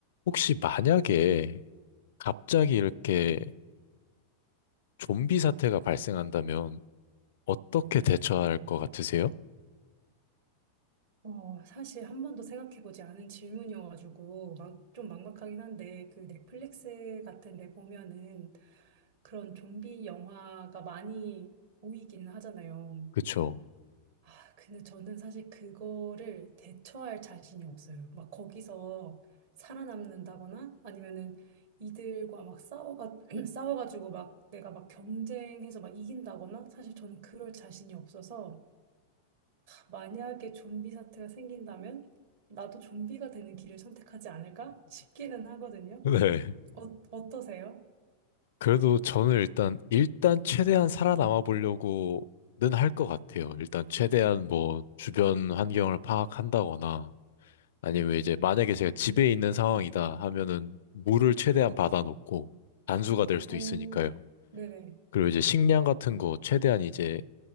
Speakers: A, on the left (about 55°); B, on the right (about 55°).
A: 혹시 만약에 갑자기 이렇게 좀비 사태가 발생한다면 어떻게 대처할 것 같으세요?
B: 어, 사실 한 번도 생각해보지 않은 질문이어가지고 막, 좀 막막하긴 한데 그 넷플릭스 같은 데 보면은 그런 좀비 영화가 많이 보이기는 하잖아요.
A: 그쵸?
B: 아, 근데 저는 사실 그거를 대처할 자신이 없어요. 막 거기서 살아남는다거나 아니면은 이들과 막 싸워가, <clears throat> 싸워가지고 막 내가 막 경쟁해서 막 이긴다거나 사실 저는 그럴 자신이 없어서 만약에 좀비 사태가 생긴다면 나도 좀비가 되는 길을 선택하지 않을까 싶기는 하거든요.
A: 네.
B: 어, 어떠세요?
A: 그래도 저는 일단, 일단 최대한 살아남아 보려고는 할 것 같아요. 일단 최대한 뭐 주변 환경을 파악한다거나 아니면 이제 만약에 제가 집에 있는 상황이다 하면은 물을 최대한 받아놓고 단수가 될 수도
B: 오,
A: 있으니까요.
B: 네네.
A: 그리고 이제 식량 같은 거 최대한 이제